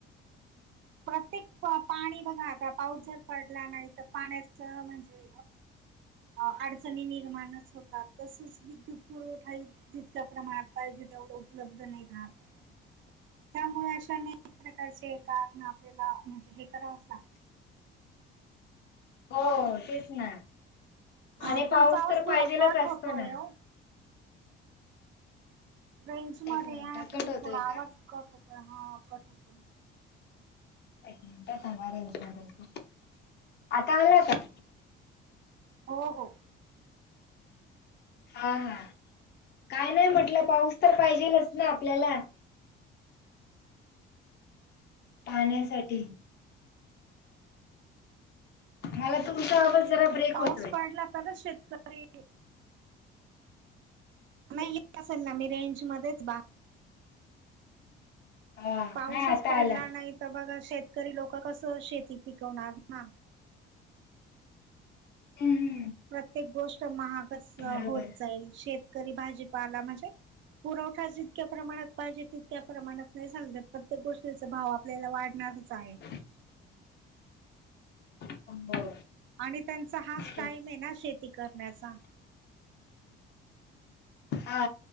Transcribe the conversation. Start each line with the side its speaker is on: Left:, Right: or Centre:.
Right: प्रत्येक पाणी बघा आता पाऊस जर पडला नाही तर पाण्याच म्हणजे अडचणी निर्माणच होतात तसच विद्युत पुरवठा जितक्या प्रमाणात पाहिजे तेवढं उपलब्ध नाही राहत. त्यामुळे अशे अनेक प्रकारचे कारण आपल्याला म्हणजे हे करावत
Left: हो तेच ना. आणि
Right: अ
Left: पाऊस
Right: तुमचा आवाज
Left: तर
Right: थोडा
Left: पाहिजेलाच
Right: कट
Left: असतो
Right: होतोय
Left: ना.
Right: ओ. रेंज मध्ये
Left: एक मिनिट
Right: या ना
Left: कट
Right: तुम्ही
Left: होतोय
Right: थोडा
Left: का
Right: आवाज कट होता कट होतो.
Left: एक मिनिट समारे आता आला का?
Right: हो हो.
Left: हा हा काय नाही म्हटलं पाऊस तर पाहिजेलच ना आपल्याला पाहण्यासाठी मला तुमचा आवाज जरा ब्रेक
Right: पाऊस
Left: होतोय
Right: पडला तरच शेतकरी नाही येत असेल ना मी रेंज मध्येच बा.
Left: हा
Right: पाऊसच
Left: नाही आता
Right: पडला
Left: आला
Right: नाही तर बघा शेतकरी लोक कसं शेती पिकवणार ना.
Left: हम्म हम्म.
Right: प्रत्येक गोष्ट महागच
Left: बरोबर
Right: होत जाईल शेतकरी भाजीपाला म्हणजे परवठ. तितक्या प्रमाणात पाहिजे तितक्या प्रमाणात नाही झाल प्रत्येक गोष्टीचा भाव आपल्याला वाढणारच आहे.
Left: ह. हो.
Right: आणि त्यांचा हा स्टाईम
Left: तेच
Right: आहे ना शेती करण्याचा
Left: हा